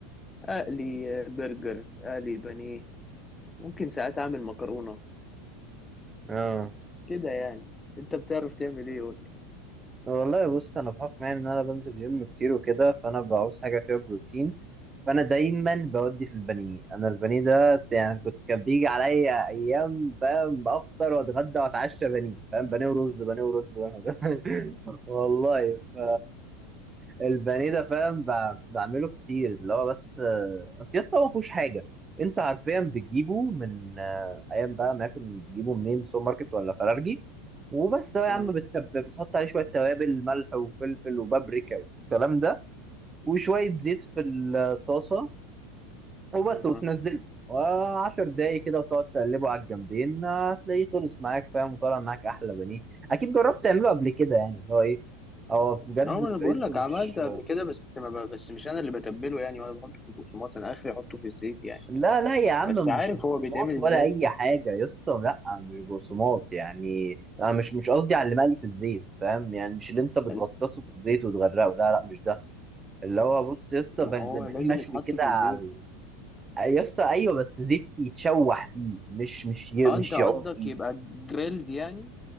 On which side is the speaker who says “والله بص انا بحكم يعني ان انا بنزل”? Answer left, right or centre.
Right